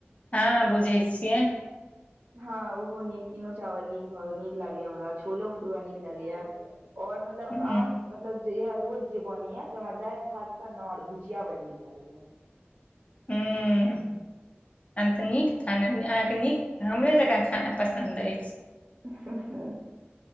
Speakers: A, on the left (about 30°); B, on the right (about 50°).
A: हँ बुझै छियै।
B: हँ ओहो निमकिनो चावल नीक भऽ गेल नीक लागैए हमरा छोलो भटुरा नीक लागैए आओर मतलब
A: ह
B: आम मतलब जे ये रोज जे बनैये से हमरा दालि भात सन्ना आओर भुजिया बड्ड नीक लागैये।
A: हुँ तहन तऽ नीक खाना मे अहाँके नीक हमरे जकाँ खाना पसन्द अछि।
B: <inaudible>